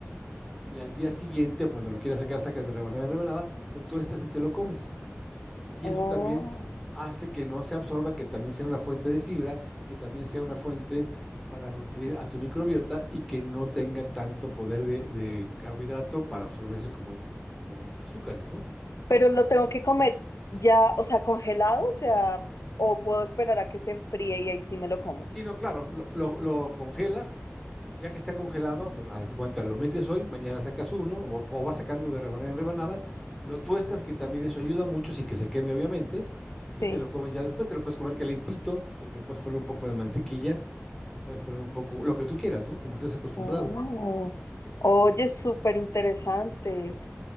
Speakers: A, in the centre; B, on the left (about 80°).
A: y al día siguiente, cuando lo quieras sacar, sacas de rebanada en rebanada, lo tuestas y te lo comes. y
B: Oh.
A: eso también hace que no se absorba, que también sea una fuente de fibra, que también sea una fuente para nutrir a tu microbiota y que no tenga tanto poder de, de carbohidrato para absorberse como, como azúcares, ¿no?
B: Pero lo tengo que comer ya, o sea, congelado, o sea, o puedo esperar a que se enfríe y ahí sí me lo como.
A: Y no, claro, lo, lo, lo congelas, ya que está congelado, pero hazte cuenta, lo metes hoy, mañana sacas uno, o, o vas sacando de rebanada en rebanada, lo tuestas, que también eso ayuda mucho sin que se queme, obviamente, y
B: Sí.
A: te lo comes ya después, te lo puedes comer calentito, le puedes poner un poco de mantequilla Le puedes poner un poco, lo que tú quieras, ¿no? Como estés acostumbrado.
B: Oh. Oye, súper interesante.